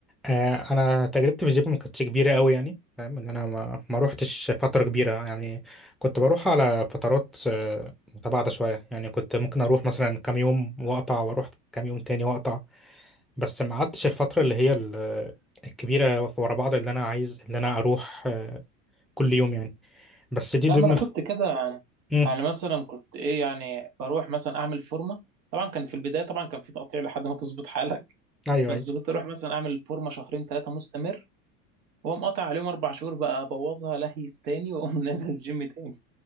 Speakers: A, in the centre; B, on the right (about 75°).
A: آه انا تجربتي في الجيم ما كانتش كبيره قوي يعني فاهم ان انا ما ما روحتش فتره كبيره يعني كنت بروح على فترات آه، متباعده شويه يعني كنت ممكن اروح مثلا كام يوم واقطع واروح كام يوم تاني واقطع بس ما قعدتش الفتره اللي هي ال- آه، الكبيره ورا بعض اللي انا عايز اللي انا اروح آه، كل يوم يعني بس دي
B: لا
A: ضمن
B: ما انا
A: الخ...
B: كنت كده يعني
A: مم.
B: يعني مثلا كنت ايه يعني بروح مثلا اعمل فورمه طبعا كان في البدايه طبعا كان في تقطيع لحد ما تظبط حالك
A: ايوه
B: بس
A: ايوه
B: كنت اروح مثلا اعمل فورمه شهرين ثلاثه مستمر واقوم قاطع عليهم اربع شهور بقى ابوظها لهيس تاني واقوم <laughs> نازل الجيم تاني